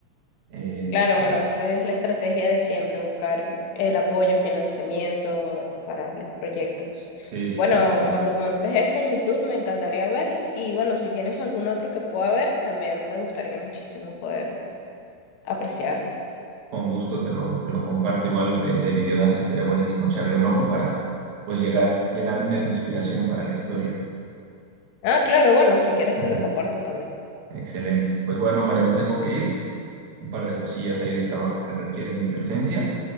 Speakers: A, on the right (about 45°); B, on the left (about 75°).
A: Eh,
B: Claro,
A: pero
B: bueno, esa es la estrategia de siempre, buscar el apoyo, financiamiento para los proyectos.
A: sí, sí,
B: Bueno,
A: sí, sí.
B: cuando montes eso en YouTube me encantaría verlos y bueno, si tienes algún otro que pueda ver, también me gustaría muchísimo poder apreciarlo.
A: Con gusto te lo, te lo comparto. Igual el de videodance estaría buenísimo echarle un ojo para pues llegar, llenarme de inspiración para la historia.
B: Ah, claro, bueno, si quieres
A: <laughs>
B: te lo comparto también.
A: Excelente. Pues bueno, María, me tengo que ir. un par de cosillas ahí de trabajo que requieren mi presencia,